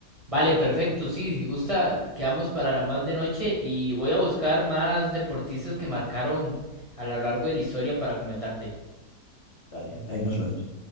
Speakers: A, on the right; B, on the left.
A: Vale, perfecto, sí, si gusta, quedamos para la más de noche y voy a buscar más deportistas que marcaron a lo largo de la historia para comentarte.
B: Dale, ahí nos vemos.